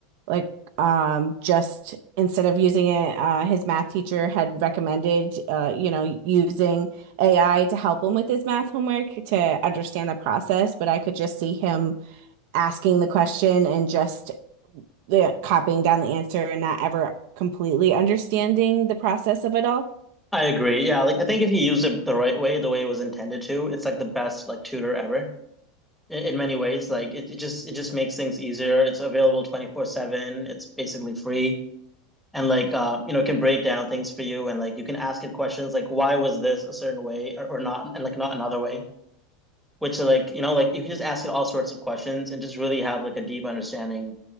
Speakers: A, on the right; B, in the centre.
A: like um just instead of using it uh his math teacher had recommended uh you know using AI to help him with his math homework to understand the process, but I could just see him asking the question and just the copying down the answer and not ever completely understanding the process of it all.
B: I agree. Yeah, like I think if you use it the right way, the way it was intended to, it's like the best like tutor ever in, in many ways. Like it, it just it just makes things easier. It's available 24/7. It's basically free. and like uh, you know, it can break down things for you, and like you can ask it questions like why was this a certain way or, or not, and like not another way. Which like you know, like you can just ask it all sorts of questions and just really have like a deep understanding.